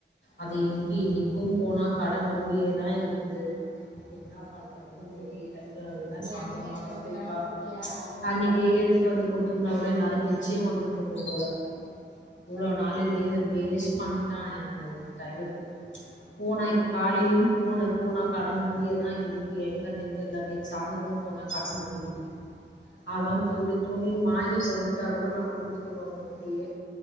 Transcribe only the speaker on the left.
அது இங்க இன்னைக்கும் போனா கட மூடியேதா இருக்குது என்னப். பண்றதுன்னு
தெரியல அதுதா
சாயந்தரமாதா
போய் பாப்
ம்ச்.
அன்னைக்கு
எடுத்துட்டு வந்து குடுத்துருந்தா கூட இன். எ வந்துட்டு இருக்கும் போல. இவ்ளோ
நாலு
லீவு வேஸ்ட் பண்ணி. ஆஹ டைலரு. ம்ச் போனா இப்ப
காலையிலயும். போன போனா கட மூடியதா இருக்கு எங்க நேத்தெர்ல நே. சாயந்திரமு போன கட மூடியிருந். அதான்
போயிட்டு துணி வாங்கிட்டு வந்துட். கேட்டா கூட நான் குடுத்துடுவ உங்ககிட்டயே.